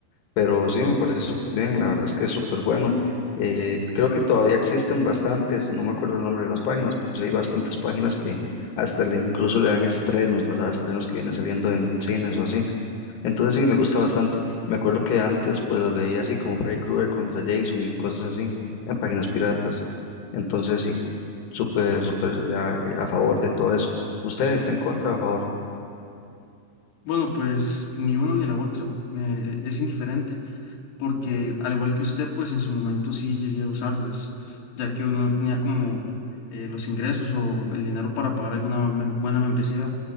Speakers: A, on the left; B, on the left.
A: Pero sí, me parece súper bien, la verdad es que es súper bueno. Eh, creo que todavía existen bastantes, no me acuerdo el nombre de las páginas, pero sí hay bastantes páginas que hasta le incluso le dan estrenos, ¿verdad? Estrenos que vienen saliendo en cines o así. Entonces sí, me gusta bastante. Me acuerdo que antes pues las veía así como Freddy Krueger contra Jason y cosas así en páginas piratas. Entonces sí, súper, súper a, a favor de todo eso. ¿Usted está en contra o a favor?
B: Bueno, pues ni una ni la otra, me, e, es indiferente, porque al igual que usted, pues en su momento sí llegué a usarlas, ya que uno no tenía como eh, los ingresos o el dinero para pagar alguna mem- buena membresía.